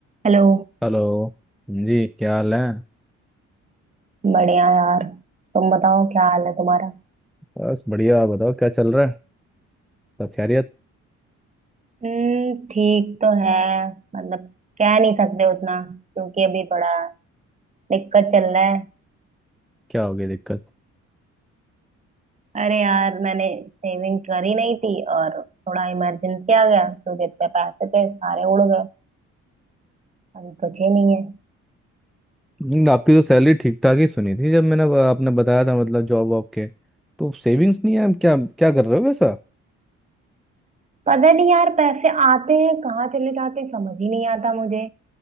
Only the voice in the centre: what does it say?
Hello जी क्या हाल है
बस बढ़िया आप बताओ क्या चल रहा है सब खैरियत
क्या हो गई दिक्कत
हम्म, आपकी तो सैलरी ठीक ठाक ही सुनी थी जब मैंने आपने बताया था मतलब जॉब वॉब के तो सेविंग्स नहीं है आप क्या क्या कर रहे हो वैसा